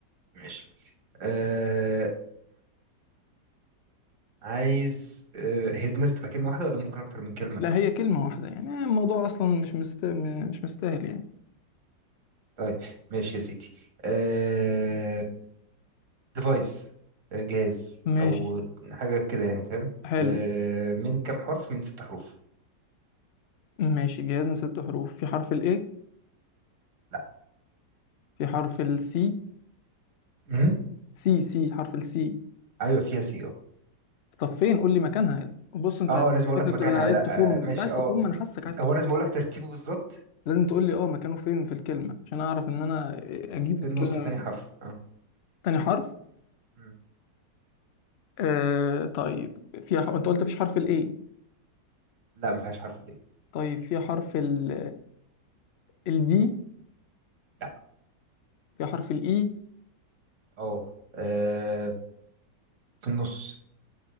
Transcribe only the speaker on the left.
لا هي كلمة واحدة يعني آه، الموضوع أصلا مش مست... مش مستاهل يعني
ماشي
حلو
ماشي جهاز من ست حروف في حرف الإيه
في حرف السي
سي سي حرف السي
طب فين قول لي مكانها بص أنت
الفكرة
بتبقى عايز
تخم
أنت عايز
تخم أنا حاسك عايز تخم
لازم تقول لي أه مكانه فين في الكلمة عشان أعرف إن أنا
أجيب الكلمة
من
تاني حرف
آه طيب فيها ح... انت قلت مفيش حرف الاي
طيب فيها حرف ال الدي
فيها حرف الاي